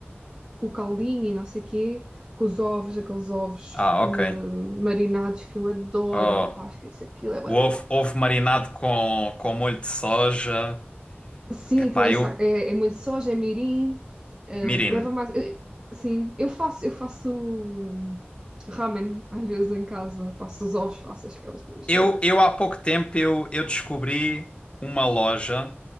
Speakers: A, on the right; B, on the left.
A: com o caldinho e não sei quê, com os ovos, aqueles ovos
B: Ah,
A: ah,
B: ok.
A: marinados que eu adoro.
B: Oh,
A: Opá, esquece aquilo, é bué
B: o
A: da
B: ovo,
A: bom.
B: ovo marinado com, com molho de soja.
A: Sim,
B: Epá,
A: aquilo é,
B: eu...
A: sa- é, é muito soja, é mirim, eh,
B: Mirin.
A: leva mais. eh, sim, eu faço, eu faço hum, ramen às vezes em casa, faço os ovos, faço aquelas coisas
B: Eu,
A: todas.
B: eu há pouco tempo eu, eu descobri uma loja,